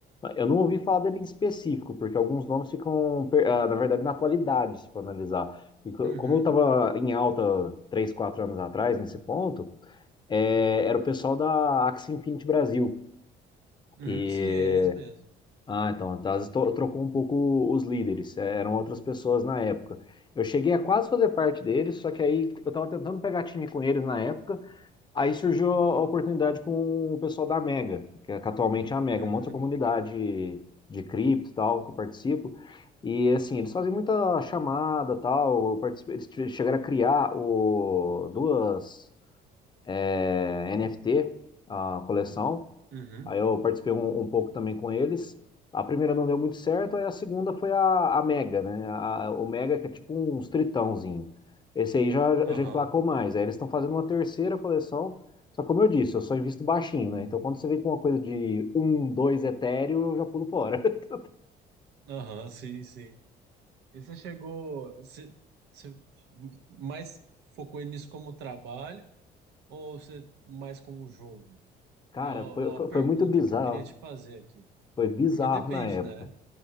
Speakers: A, on the left; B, on the right.
A: Eu não ouvi falar dele em específico, porque alguns nomes ficam, per- ah, na verdade, na atualidade, se for analisar. E co-
B: Uhum,
A: como eu estava em alta três, quatro anos atrás, nesse ponto, é, era o pessoal da Axie Infinity Brasil,
B: uhum,
A: que...
B: sim, é eles mesmo.
A: Ah, então, tá, às vezes to- trocou um pouco os líderes, é, eram outras pessoas na época. Eu cheguei a quase fazer parte deles, só que aí eu estava tentando pegar time com eles na época, Aí surgiu a oportunidade com o pessoal da Mega, que é que atualmente é a Mega,
B: Uhum,
A: uma outra comunidade de cripto e tal, que eu participo. E assim, eles fazem muita chamada e tal. Eu participo, eles tive- chegaram a criar o, duas é, NFT, a coleção.
B: uhum,
A: Aí eu participei um, um pouco também com eles. A primeira não deu muito certo, aí a segunda foi a, a Mega, né? A- o Mega, que é tipo um tritãozinho. Esse aí já,
B: aham,
A: já emplacou mais. Aí eles estão fazendo uma terceira coleção. Só que, como eu disse, eu só invisto baixinho, né? Então quando você vem com uma coisa de um, dois etéreo, eu já pulo fora. <laughs>
B: aham, sim, sim. E você chegou, você, você mais focou nisso como trabalho ou você mais como um jogo?
A: Cara,
B: É uma,
A: foi,
B: é uma
A: foi,
B: pergunta
A: foi muito bizarro.
B: que eu queria te fazer aqui.
A: Foi bizarro
B: Porque depende,
A: na época.
B: né?